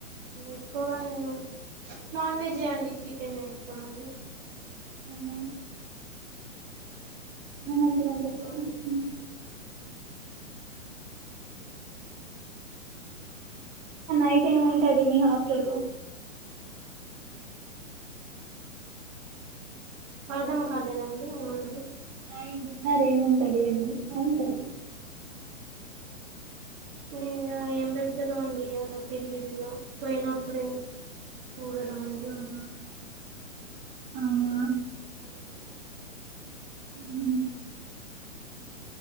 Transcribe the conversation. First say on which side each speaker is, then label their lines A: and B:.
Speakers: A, on the right; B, on the right.
A: ఎక్కువగా నేను నాన్ వెజే అండి చికెన్ ఇష్టం అండి
B: అవున <inaudible> ఇదం <unintelligible>
A: అవునండి
B: నైట్ ఏం ఉంటది మీ హాస్టల్ లో
A: అర్థం కాలేదండి ఏమన్నారు
B: నైట్ డిన్నర్ ఏముంటది అండి అంటాను
A: ఇక ఏం పెడతారు అండి అలా తెలీదుగా పోయినప్పుడే చూడడం అండి
B: అవునా అవునా
A: అవునండి
B: ఉమ్..